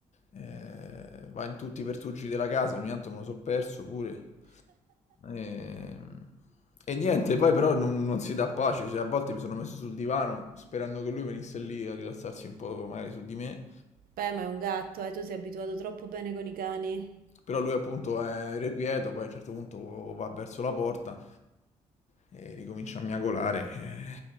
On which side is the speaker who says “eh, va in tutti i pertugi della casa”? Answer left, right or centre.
Left